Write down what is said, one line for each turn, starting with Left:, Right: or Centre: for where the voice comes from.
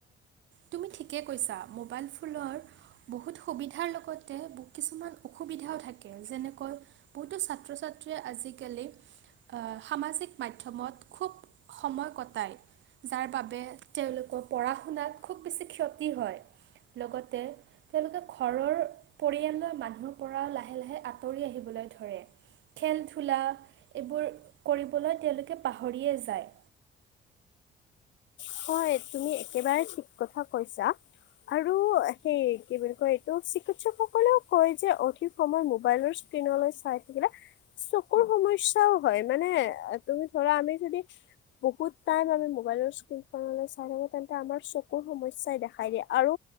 Right: তুমি ঠিকে কৈছা মোবাইল ফোনৰ। বহুত সুবিধাৰ লগতে কিছুমান অসুবিধাও থাকে যেনেকৈ। বহুতো ছাত্ৰ -ছাত্ৰীয়ে আজিকালি। সামাজিক মাধ্যমত খুব সময় কটায় যাৰ বাবে। বাবে তেওঁলোকৰ পঢ়া শুনাত খুব বেছি ক্ষতি হয় লগতে। তেওঁলোকে ঘৰৰ পৰিয়ালৰ মানুহৰ পৰা লাহে লাহে আঁতৰি আহিবলৈ ধৰে। খেলা ধূলা এইবোৰ কৰিবলৈ তেওঁলোকে পাহৰিয়ে যায়।
Left: হয় তুমি একেবাৰে ঠিক কথা কৈছা। আৰু সেই কি বুলি কয় এইটো চিকিৎসকসকলেও কয় যে অধিক। সময় মোবাইলৰ স্ক্ৰীণলৈ চাই থাকিলে। চকুৰ সমস্যাও হয় মানে তুমি ধৰা আমি যদি। বহুত টাইম আমি মোবাইলৰ। স্কীন খনলৈ চাইথাকিলে তেন্তে আমাৰ চকুৰ সমস্যাই দেখাই দিয়ে আৰু।